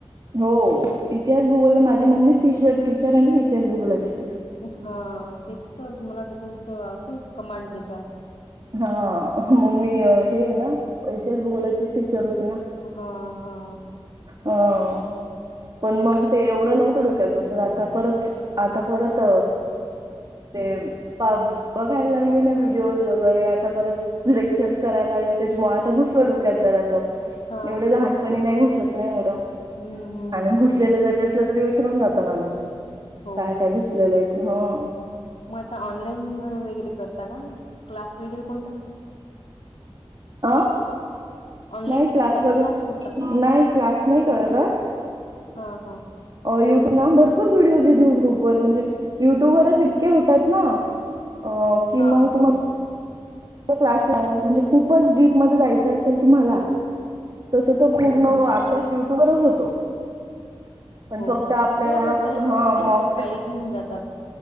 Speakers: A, on the right; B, on the left.
A: हो इतिहास भूगोल
B: हम्म
A: माझी मम्मीच टी टीचर आहे ना इतिहास भूगोलाची.
B: हा तेच तर मला वाटतं तुमचं असं कमांड त्याच्यात
A: हा मम्मी हे ना इतिहास भुगोलाची टीचर होती.
B: हा हा
A: हो. पण मग ते एवढं नव्हतं डोक्यात बसत आता परत आता परत ते पा बघायला लागले ना व्हिडिओज वगैर वगैरे आता परत लेक्चर्स करायला लागले त्याच्यामुळे आता घुसलं डोक्यात जरास.
B: हा
A: एवढे लहानपणी नाही घुसत नाही एवढं
B: हम्म हम्म
A: आणि घुसलेलं जरी असलं तरी. विसरून जात माणूस
B: हो
A: काय
B: का
A: काय घुसलेलं आहे ते. ह
B: मग आता ऑनलाईन वगैरे करता का? क्लास वगैरे कोणता?
A: अ
B: ऑनलाईन
A: नाही
B: करता
A: क्लास
B: का
A: वगर
B: कोणता?
A: नाही क्लास नाही करत.
B: हा हा.
A: युट्यूब ना भरपूर व्हिडिओज येत युट्यूब वर म्हणजे, युट्यूब वरच इतके होतात ना. अ की
B: हा
A: मग तुम्हाला
B: हा
A: क्लास म्हणजे खूपच डीपमध्ये जायचं असेल तुम्हाला तस तो पूर्ण
B: हम्म हम्म
A: अभ्यास
B: हम्म
A: युट्यूबरच होतो. पण
B: हो
A: फक्त
B: का
A: आपल्याला
B: हो ते जराशी
A: ह
B: कोणती कन्सेप्ट
A: मॉक
B: पाहिली की जातात